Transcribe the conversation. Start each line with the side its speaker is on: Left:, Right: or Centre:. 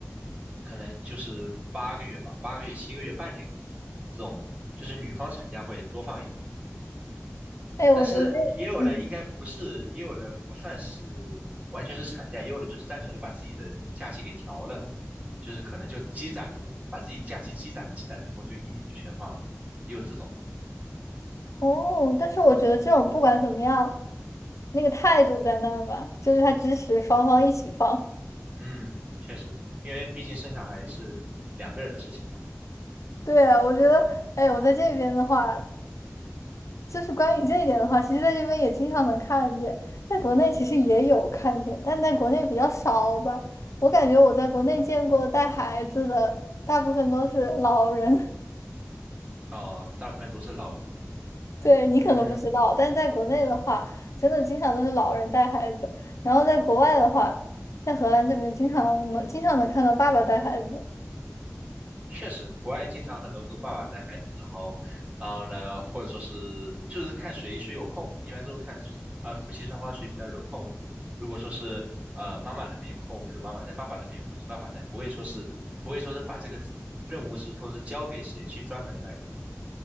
Right: 可能就是八个月吧，八个月、七个月、半年这种的，就是女方产假会多放一年。
Left: 哎，
Right: 但是也有的应该不是，
Left: 我觉得这个，嗯，
Right: 也有的不算是完全是产假，也有的就是单纯的把自己的假期给调了，就是可能就积攒的，把自己假期积攒积攒之后，就一年就全放了，也有这种的。
Left: 哦，但是我觉得这种不管怎么样，那个态度在那儿吧，就是他支持双方一起放。
Right: 嗯，确实，因为毕竟生小孩是两个人的事情嘛，
Left: 对啊，我觉得，哎，我在这边的话。就是关于这一点的话，其实在这边也经常能看见，在国内其实也有看见，但在国内比较少吧。我感觉我在国内见过带孩子的，大部分都是老人。<laughs>
Right: 哦，大部分都是老人。
Left: 对，你可能不知道，
Right: 嗯。
Left: 但在国内的话，真的经常都是老人带孩子。然后在国外的话，在荷兰这边经常能经常能看到爸爸带孩子，
Right: 确实，国外经常很多都是爸爸带孩子，然后，然后呢，或者说是就是看谁谁有空，一般都是看呃夫妻双方谁比较有空。如果说是呃妈妈那边有空，就妈妈带；爸爸那边有空，就爸爸带，不会说是不会说是把这个任务是说是交给谁去专门带的，